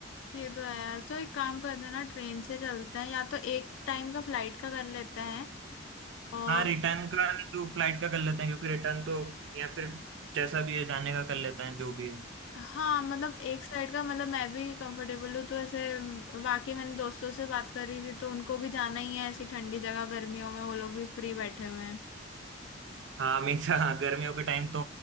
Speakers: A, on the left; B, on the right.
A: ये तो है यार तो एक काम करते हैं ना ट्रेन से चलते हैं या तो एक टाइम का फ्लाइट का कर लेते हैं और
B: हाँ रिटर्न का नहीं तो फ्लाइट का कर लेते हैं क्योंकि रिटर्न तो या फिर जैसा भी है जाने का कर लेते हैं जो भी है
A: हाँ मतलब एक साइड का मतलब मैं भी कंफर्टेबल हूँ तो ऐसे म, बाकी मैंने दोस्तों से बात करी थी तो उनको भी जाना ही है ऐसी ठंडी जगह गर्मियों में वो लोग भी फ्री बैठे हुए हैं
B: हाँ हमेशा हाँ गर्मियों के टाइम तो